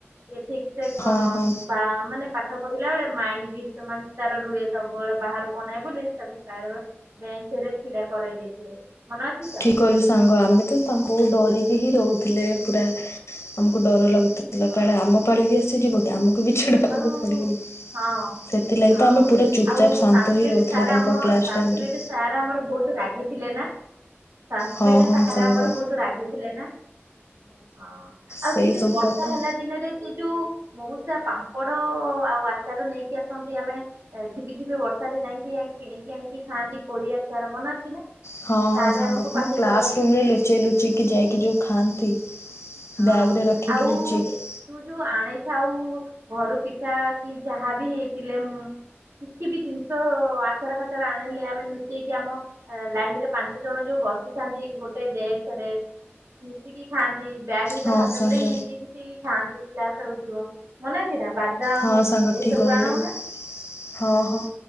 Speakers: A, on the right (about 80°); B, on the left (about 75°).
A: ସେ ଠିକ ଠାକ
B: ହଁ ହଁ
A: ପା ମାନେ ପାଟ୍ ପାଠ ପଡିଲା ବେଳେ ମାଇଣ୍ଡ ଦିଷ୍ଟରଭଂଶ ରୁହେ ସବୁବେଳେ ବାହାରକୁ ଅନାଇବାକୁ ବୋଲି <inaudible> ବେଞ୍ଚ ରେ ଛିଡା କରାଇ ଦେଇଥିଲେ। ମନେ ଅଛି ତ?
B: ଠିକ କଲୁ ସାଙ୍ଗ ଆମେ ତ। ବହୁ ଡରିକି ହିଁ ରହୁଥିଲେ ପୁରା ଆମକୁ ଡର ଲାଗୁଥିଲା। ଯେତେବେଳେ
A: ହଁ
B: ଆମ ପାଳି ବି ଆସିଯିବ କି ଆମକୁ ବି
A: ଆଉ
B: ଛିଡାବାକୁ
A: ଆଉ
B: ପଡିବନି। ସେଥିଲାଗି
A: ହଁ। ହଁ
B: ତ ଆମେ ପୁରା ଚୁପ
A: ଆଉ
B: ଚାପ ଶାନ୍ତ
A: ସାଂସ୍କ୍ରିଟ
B: ହେଇ ରହୁଥିଲେ
A: ସାର୍ ଆମ
B: ତାଙ୍କ କ୍ଲାସ
A: ସାଂସ୍କ୍ରିଟ
B: ଟାଇମରେ।
A: ସାର୍ ଆମର ବହୁତ ରାଗି ଥିଲେ ନା? ସାସ୍କ୍ରିଟ
B: ହଁ ହଁ
A: ସାର
B: ସାଙ୍ଗ
A: ଆମର ବହୁତ ରାଗି ଥିଲେ ନା? ହଁ ଆଉ
B: ସେଇ
A: ସେ ଯୋଉ
B: ସବୁ
A: ବର୍ଷା
B: କଥା।
A: ହେଲା ଦିନରେ ସେ ଯୋଉ ମଉ ସା ପାମ୍ପଡ ଆଉ ଆଚାର ନେଇକି ଆସନ୍ତି ଆମେ ଏ ଝିପିଝିପି ବର୍ଷାରେ ଯାଇକି ଯାଇକି କିଣିକି ଆଣିକି ଖାଆନ୍ତି କୋଳି ଆଚାର ମନେ ଅଛି ନା?
B: ହଁ
A: ସାରେ
B: ହଁ ସାଙ୍ଗ
A: ଆମକୁ
B: ପୁଣି
A: ପାଟି
B: କ୍ଲାସ
A: କରନ୍ତି।
B: ରୁମରେ ଲୁଚେଇ ଲୁଚେଇକି ଯାଇକି ଯୋଉ ଖାଆନ୍ତି
A: ହଁ
B: ବ୍ୟାଗରେ ରଖିକି
A: ଆଉ
B: ଲୁଚେଇକି
A: ତୁ ଯୋଉ ଆଣିଥାଉ ଘରୁ ପିଠା କି ଯାହା ବି ହେଇଥିଲେ ମୁଁ କିଛି ବି ଜିନିଷ ଆଚାର ଫାଚାର ଆଣିଲେ ଆମେ ଲୁଚେଇକି ଆମ ଲାଇନ ରେ ପାଞ୍ଚ ଜଣ ଯୋଉ ବସିଥାନ୍ତି ଗୋଟେ ଡେକ୍ସ ରେ ମିଶିକି ଖାଆନ୍ତି। ବ୍ୟାଗ୍ ଭିତରେ
B: ହଁ
A: ହାତ
B: ସାଙ୍ଗ
A: ପୁରେଇ ଲୁଚେଇ ଲୁଚେଇ ଖାନ୍ତି କ୍ଲାସ୍ ଚାଲିଥିବ ମନେ ଅଛି ନା ବାଦାମ
B: ହଁ ସାଙ୍ଗ
A: ଏସବୁ
B: ଠିକ୍ କହିଲୁ।
A: ଆଣଉ ନା?
B: ହଁ ହଁ